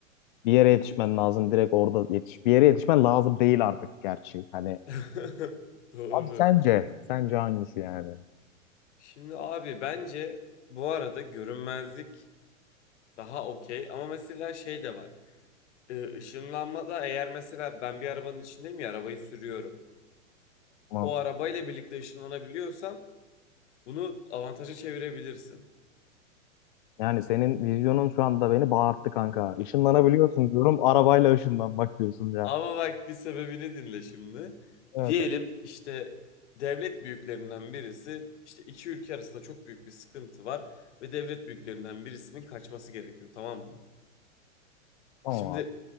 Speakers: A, on the left (about 40°); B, on the left (about 60°).
A: bir yere yetişmen lazım direkt orada yetiş. Bir yere yetişmen lazım değil artık gerçi. Hani
B: <laughs> Doğru.
A: abi sence sence hangisi yani?
B: Şimdi abi bence bu arada görünmezlik daha okey ama mesela şey de var. Ee, ışınlanmada eğer mesela ben bir arabanın içindeyim ya arabayı sürüyorum.
A: Tamam.
B: O arabayla birlikte ışınlanabiliyorsam bunu avantaja çevirebilirsin.
A: Yani senin vizyonun şu anda beni bağırttı kanka. Işınlanabiliyorsun diyorum. Arabayla ışınlanmak diyorsun ya.
B: Ama bak bir sebebini dinle şimdi.
A: Evet
B: Diyelim
A: abi,
B: işte devlet büyüklerinden birisi işte iki ülke arasında çok büyük bir sıkıntı var ve devlet büyüklerinden birisinin kaçması gerekiyor tamam mı?
A: tamam
B: Şimdi
A: abi.